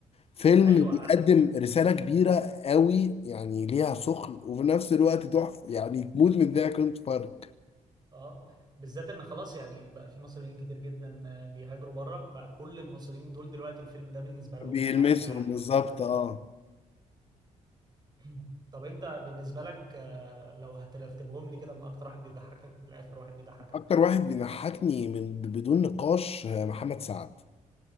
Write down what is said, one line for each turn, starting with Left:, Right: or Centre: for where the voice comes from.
Left: فيلم
Right: ايوه
Left: بيقدم
Right: ع-
Left: رسالة كبيرة قوي يعني ليها ثقل وفي نفس الوقت تحفة يعني تموت من الضحك وانت بتتفرج
Right: اه بالذات ان خلاص يعني بقى في مصريين كتير جدا آه، بيهاجروا بره بقى كل المصريين دول دلوقتي الفيلم ده بالنسبه لهم
Left: بيلمسهم
Right: حاجه يعني
Left: بالظبط
Right: في حته تانيه
Left: اه
Right: <clears throat> طب انت بالنسبه لك آه، لو هترتبهم لي كده من اكتر واحد بيضحكك لاخر واحد بيضحكك
Left: اكتر واحد بيضحكني من بدون نقاش آه، محمد سعد